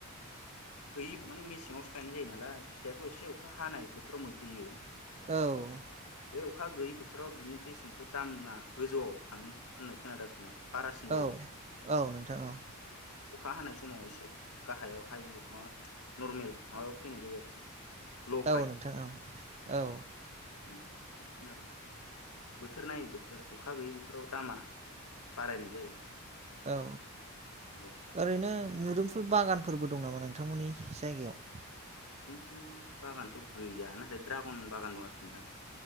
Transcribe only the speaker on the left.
गैयै माने मेसेङावसो गायनाय जायो नालाय फिथाइाथ' एसे अखा हानाय बोथोराव मोनफैयो
बे अखा गैयै बोथोराव बिनि बेसेनखौ दामा गोजौआव थाङो होननाय खोनादों आरोखि ना बारासिन
जायो
अखा हानाय समाव एसे गाहायाव हाइ माबा नरमेल माबायाव फैनाय जायो आरोखि ल'
ओम बिदिखोनादों बोथोर नायै बोथोर अखा गैयै बोथोराव दामा बारायनाय जायो
औ
फुल बागानथ' गैया नाथाय ड्रागन बागान दं आरोखि नोंथां